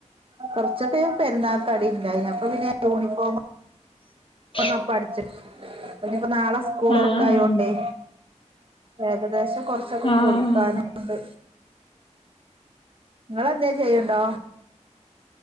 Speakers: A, on the right; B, on the left.
A: കൊറച്ചൊക്കെ പെരുന്നാൾക്കടിണ്ടായി അപ്പോ പിന്നെ യൂണിഫോമ്.
B: <inaudible>
A: ഒന്നപ്പ അടിച്ചിനിപ്പോ നാളെ സ്കൂള്
B: ആഹ്
A: തൊർക്ക
B: ആഹ്
A: ആയോണ്ടെ ഏകദേശം കൊറച്ചൊക്കെ
B: ആഹ് ആഹ്
A: കൊടുക്കാനും.
B: ആഹ്
A: ണ്ട് നിങ്ങെളെന്ത ചെയ്യണ്ടോ?